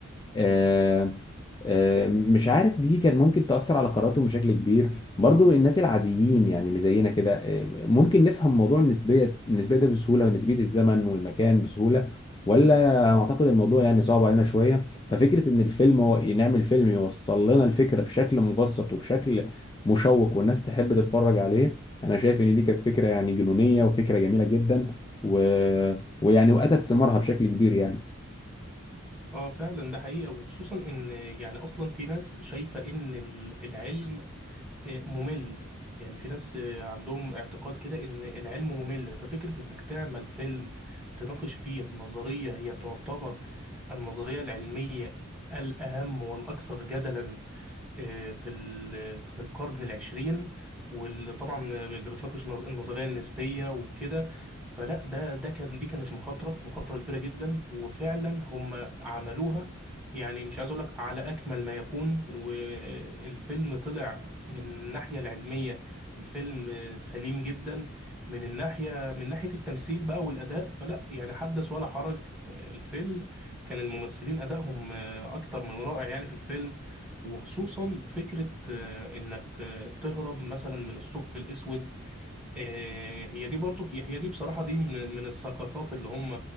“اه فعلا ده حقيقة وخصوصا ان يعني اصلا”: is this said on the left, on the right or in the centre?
Centre